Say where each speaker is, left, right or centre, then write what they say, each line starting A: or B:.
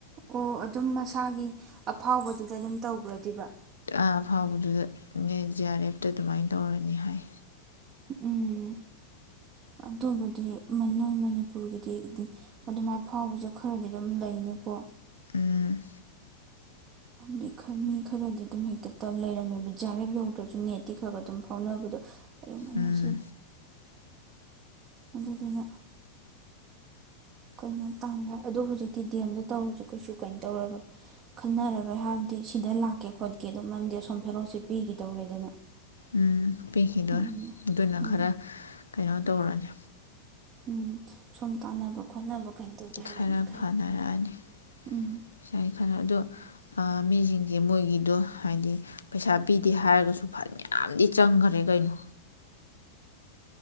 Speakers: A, on the right; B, on the left.
A: ꯑꯣ ꯑꯗꯨꯝ ꯃꯁꯥꯒꯤ ꯑꯐꯥꯎꯕꯗꯨꯗ ꯑꯗꯨꯝ ꯇꯧꯒ꯭꯭ꯔꯗꯤꯕ꯫
B: ꯑ ꯐꯥꯎꯕꯗꯨꯗ ꯅꯦꯠ ꯖꯤ ꯑꯔ ꯑꯦꯄ꯫ ꯑꯗꯨ ꯑꯗꯨꯃꯥꯏꯅ ꯇꯧꯔꯅꯤ ꯍꯥꯏ꯫
A: ꯎꯝ ꯑꯗꯨꯕꯨꯗꯤ ꯅꯣꯏ ꯃꯅꯤꯄꯨꯔꯒꯤꯗꯤ ꯑꯗꯨꯃꯥꯏꯅ ꯐꯥꯎꯕꯁꯦ ꯈꯔꯗꯤ ꯑꯗꯨꯝ ꯂꯩꯅꯦꯀꯣ꯫
B: ꯎꯝ꯫
A: ꯗꯤ ꯃꯤ ꯈꯔꯗꯤ ꯑꯗꯨꯝ ꯍꯦꯛꯇ ꯂꯩꯔꯝꯃꯦꯕ ꯖ ꯑꯥꯔ ꯑꯦꯐ ꯌꯧꯗ꯭ꯔꯁꯨ ꯅꯦꯠꯇꯤ ꯈꯔ ꯈ ꯑꯗꯨꯝ ꯐꯥꯎꯅꯕꯗꯣ ꯑꯩꯥꯏ
B: ꯎꯝ
A: ꯃꯁ ꯑꯗꯨꯗꯨꯅ ꯀꯩꯅꯣ ꯇꯥꯟꯒꯦ ꯍꯥꯏ ꯑꯗ ꯍꯧꯖꯤꯛꯇꯤ ꯗꯦꯝꯗ ꯇꯧꯔꯁꯨ ꯀꯩꯁꯨ ꯀꯥꯏꯩꯅꯣ ꯇꯧꯔꯔꯣꯏ ꯈꯟꯅꯔꯔꯣꯏ ꯍꯥꯏꯕꯗꯤ ꯁꯤꯗ ꯂꯥꯛꯀꯦ ꯈꯣꯠꯀꯦ ꯑꯗꯨꯝ ꯃꯔꯝꯗꯤ ꯑꯁꯣꯝ ꯐꯦꯔꯣꯁꯦ ꯄꯤꯈꯤꯗꯧꯔꯦꯗꯅ
B: ꯎꯝ ꯄꯤꯈꯤꯗꯣꯏꯔ
A: ꯑꯗꯨꯗꯨꯅ
B: ꯑꯗꯨꯅ
A: ꯎꯝ
B: ꯈꯔ ꯀꯩꯅꯣ ꯇꯧꯔꯅꯤ
A: ꯎꯝ ꯁꯣꯨꯝ ꯇꯥꯟꯅꯕ ꯈꯣꯠꯅꯕ ꯀꯩꯅꯣ ꯇꯧꯒꯦ
B: ꯈꯔ
A: ꯍꯥꯏꯔꯛꯑꯅꯤ
B: ꯐꯅꯔꯛꯑꯅꯤ
A: ꯎꯝ
B: ꯉꯁꯥꯏ ꯈꯜꯂ ꯑꯗꯣ ꯃꯤꯁꯤꯡꯁꯦ ꯃꯣꯏꯒꯤꯗꯣ ꯍꯥꯏꯗꯤ ꯄꯩꯁꯥ ꯄꯤꯗꯦ ꯍꯥꯏꯔꯒꯁꯨ ꯐꯟ ꯌꯥꯝꯗꯤ ꯆꯪꯈ꯭ꯔꯦ ꯀꯩꯅꯣ